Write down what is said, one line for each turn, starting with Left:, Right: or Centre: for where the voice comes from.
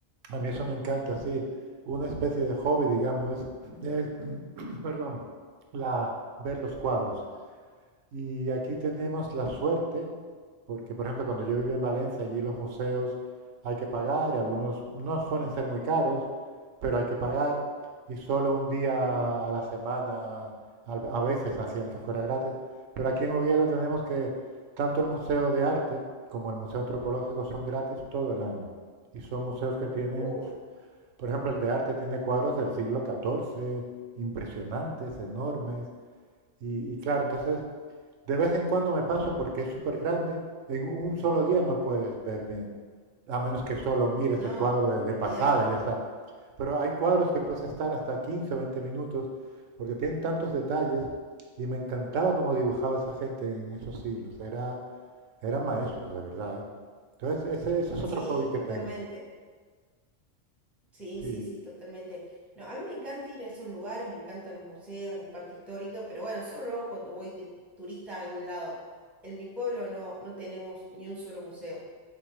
Right: a mí eso me encanta, sí. Una especie de hobby, digamos, es, es, <clears throat> perdón, la, ver los cuadros. Y aquí tenemos la suerte, porque por ejemplo cuando yo vivía en Valencia, allí los museos hay que pagar, y algunos no suelen ser muy caros, pero hay que pagar, y solo un día a la semana a veces hacían que fuera gratis. Pero aquí en Oviedo tenemos que tanto el Museo de Arte como el Museo Antropológico son gratis todo el año. Y son museos que tienen,
Centre: Uy,
Right: por ejemplo, el de arte tiene cuadros del siglo XIV, impresionantes, enormes. Y, y claro, entonces de vez en cuando me paso porque es súper grande. En un solo día no puedes ver bien, a menos que solo mires
Centre: No,
Right: el cuadro de,
Centre: olvídate.
Right: de pasada y ya está. Pero hay cuadros que puedes estar hasta 15 o 20 minutos porque tienen tantos detalles y me encantaba cómo dibujaba esa gente en esos siglos. Era, eran maestros, de verdad, ¿eh? Entonces, ese, ese es
Centre: Sí,
Right: otro hobby que
Centre: totalmente.
Right: tengo.
Centre: Sí,
Right: Sí,
Centre: sí, sí, totalmente. No, a mí me encanta ir a esos lugares, me encantan los museos, la parte histórica, pero bueno, solo lo hago cuando voy de turista a algún lado. En mi pueblo no, no tenemos ni un solo museo.